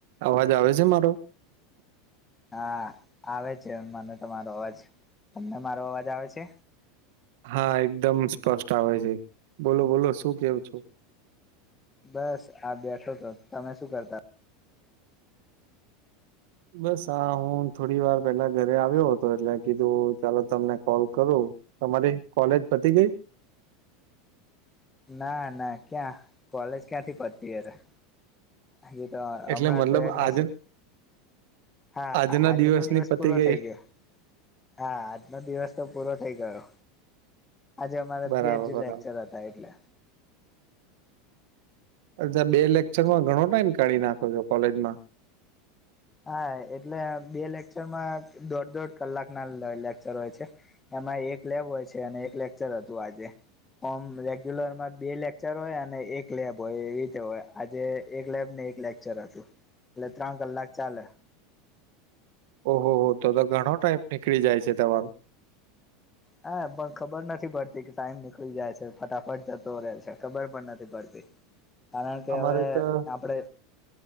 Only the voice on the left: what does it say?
હા આવે છે મને તમારો અવાજ તમને મારો અવાજ આવે છે.
બસ આ બેઠો તો તમે શું કરતા.
ના ના ક્યાં કોલેજ ક્યાંથી પડતી હશે હજ તો હમણાં
તો એડમિશન.
હા
આજનો
દિવસ
પૂરો
થઈ ગયો. હા આજનો દિવસ તો પૂરો થઈ ગયો આજે અમારે
બે જ
લેક્ચર હતા. ઈજાય.
હા એટલે બે લેક્ચરમાં દોઢ દોઢ કલાક ના લેક્ચર હોય છે. એમાં એક લેવ હોય છે અને એક લેક્ચર હતું આજે ઓમ રેગ્યુલરમાં બે લેક્ચર હોય અને એક લેબ હોય એવી રીતે હોય આજે એક લેબ ને એક લેક્ચર હતું એટલે ત્રણ કલાક ચાલે.
હા પણ ખબર નથી પડતી કે ટાઈમ નીકળી જાય છે ફટાફટ જતો રહે છે ખબર પણ નથી પડતી.
કારણ કે
હવે
આપડે